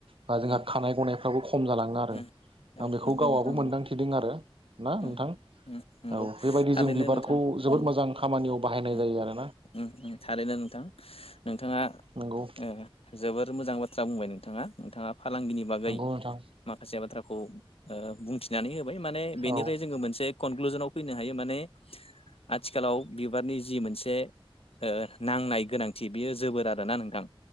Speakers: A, on the right; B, on the left.
A: बा जोंहा
B: उम
A: खानाय गनाय दावोखि खम जालाङो आरो
B: उम औ
A: आं बेखौ
B: नंगौ
A: गावाबो
B: नोंथां नंगौ
A: मोनदांथिदों आरो ना
B: उम
A: नोंथां
B: उम नंगौ
A: औ बेबायदि
B: थारैनो
A: जों बिबारखौ
B: नोंथां
A: जोबोद
B: उम
A: मोजां खामानियाव बाहायनाय
B: उम
A: जायो आरो
B: उम उम थारैनो नोंथां नोंथाङा
A: नंगौ
B: ओ जोबोर मोजां बाथ्रा बुंबाय नों नोंथाङा नोंथाङा। फालांगिनि बागै
A: नंगौ नोंथां
B: माखासे बाथ्राखौ ओ बुंथिनानै होबाय माने बेनिफ्राय
A: औ
B: जोङो मोनसे कनक्लुजनाव। फैनो हायो माने। आथिखालाव बिबारनि जि मोनसे। दे ओ नांनाय गोनांथि बियो जोबोर आरोना नोंथां।